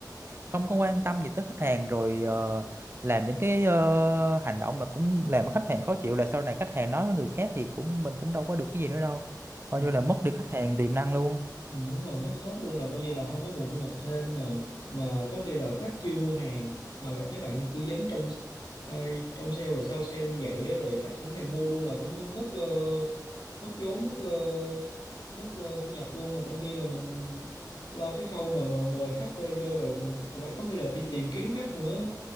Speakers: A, on the right; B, on the left.
A: không có quan tâm gì tới khách hàng rồi ờ, làm những cái ờ, hành động mà cũng làm cho khách hàng khó chịu là sau này khách hàng nói với người khác thì cũng mình cũng đâu có được cái gì nữa đâu coi
B: Ừ,
A: như là mất đi khách hàng tiềm năng luôn
B: ừ, đúng rồi mất hết luôn là coi như là không có nguồn thu nhập thêm nè mà có khi là khách chưa mua hàng mà gặp mấy bạn tư vấn trong ờ, trong sale rồi sau sale như vậy á, rồi khách không thèm mua luôn là cũng mất ờ, mất vốn mất ờ, mất ờ, thu nhập luôn mà trong khi là mình lo cái khâu mà, mà mời khách ờ, vô rồi mình cũng phải có khi là đi tìm kiếm khách nữa